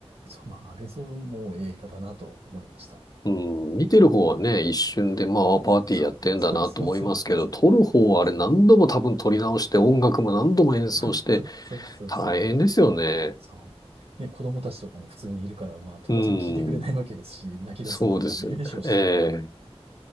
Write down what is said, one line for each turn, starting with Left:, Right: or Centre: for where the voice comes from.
Right: そう、まあ、あれぞもう映画だなと思いました。
Left: うん、見てる方はね、一瞬でまあパーティーやってんだなと思いますけど、
Right: そうそうそう。そうそうそうそうそう。
Left: 撮る方はあれ何度も多分撮り直して、
Right: そうそうそう。
Left: 音楽も何度も演奏して、
Right: <laughs> そうそうそう。
Left: 大変ですよね。
Right: そう。で、子供たちとかも普通にいるから、まあ当然聞いてくれないわけですし、
Left: うん、
Right: 泣き出す子とかもいるでしょうし。
Left: そうですよね。ええ、